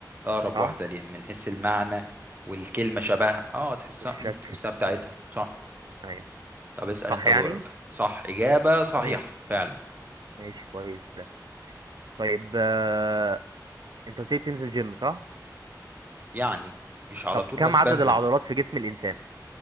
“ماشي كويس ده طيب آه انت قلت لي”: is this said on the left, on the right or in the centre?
Right